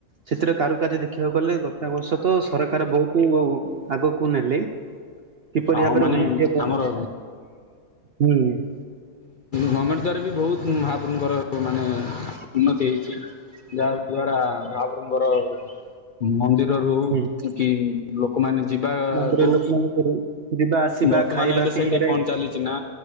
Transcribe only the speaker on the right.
ସେଥିରେ କାରୁକାର୍ଯ୍ୟ ଦେଖିବାକୁ ଗଲେ ଗତା ବର୍ଷ ତ ସରକାର ବହୁତୁ ଆଗକୁ ନେଲେ। କିପରି
ଭାବରେ
ଉନ୍ନତି ହେବ
ହୁଁ ହୁଁ
ହୁଁ
ମନ୍ଦିର ଲୋକମାନଙ୍କର ଯିବା ଆସିବା
ଖାଇବା
ପିଇବାରେ